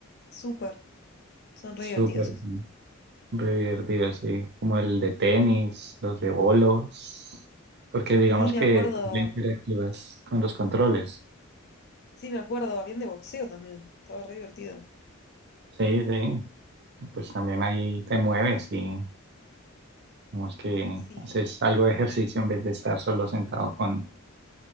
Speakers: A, on the left; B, on the right.
A: Súper, son re divertidos
B: Súper
A: esos.
B: divertido, sí. Como el de tenis, los de bolos, porque digamos
A: Sí, me
B: que
A: acuerdo,
B: tú ya interactúas con los controles.
A: sí, me acuerdo, habían de boxeo también, estaba re divertido.
B: Sí, sí. Pues también ahí te mueves y digamos que
A: Sí,
B: haces algo de ejercicio en vez de estar solo sentado con